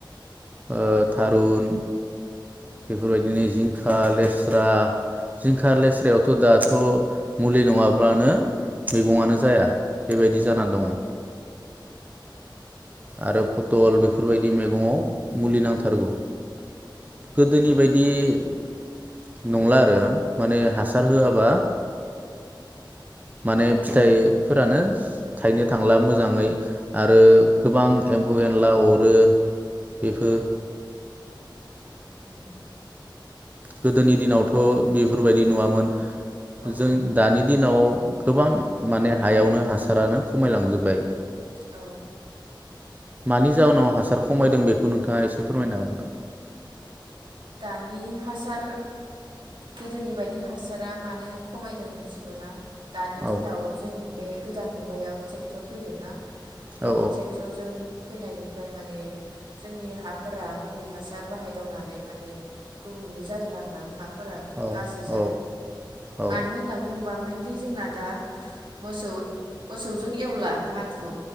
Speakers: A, on the right; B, on the right.
A: ओ थारुन बेफोरबायदिनो जिं जिंखा लेस्रा जिंखा लेस्रायावथ' दा थ' मुलि नङाब्लानो मैगंआनो जाया बेबायदि जाना
B: औ
A: दङ आरो पथल बेफोरबायदि मैगङाव मुलि नांथारगौ गोदोनि बायदि बिदि नंला आरो माने हासार होआबा माने फिथाइफोरानो थायनो थांला मोजाङै आरो गोबां एम्फौ एनला अरो बिफोर
B: उम
A: गोदोनि दिनावथ' बेफोरबायदि नुवामोन।
B: औ
A: जों दानि दिनाव गोबां माने हायावनो हासारानो खमायलांजोबबाय।
B: औ
A: मानि जाउनाव हासार खमायदों बेखौ नोंथाङा एसे फोरमायनो हागोन नामा?
B: दानि हासार गोदोनि बायदि हासारा मानो खमायदों मिथिगौना? दानि
A: हागोन
B: दिनाव जोंनि बे गोदान मुगायाव टेक्टर फैदों ना बे
A: औ
B: ट्रेक्टरजों फैनायनिफ्राय माने जोंनि हाफोरा मुलि हासार बाहायदावनानै मान ने गुबुंले जादों आरो ना। फोरा
A: औ
B: गाज्रि जादों
A: औ औ
B: मानो होनना बुंबा मोन लि जोंना दा मोसौ मोसौजों एवला हालखौ